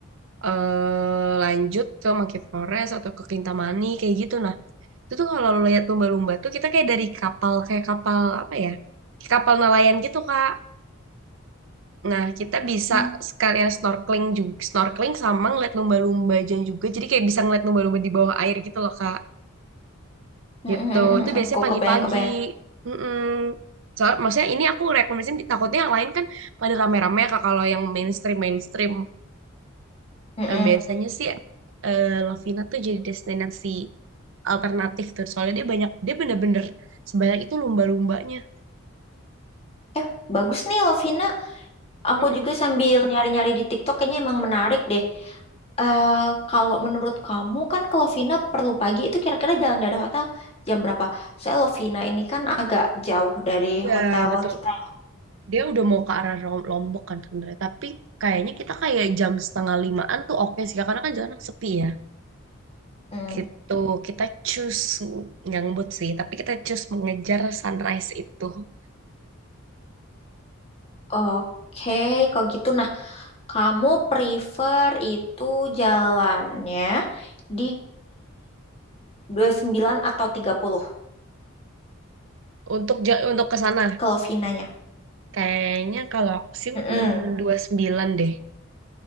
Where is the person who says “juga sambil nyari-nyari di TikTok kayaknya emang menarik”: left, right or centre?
Left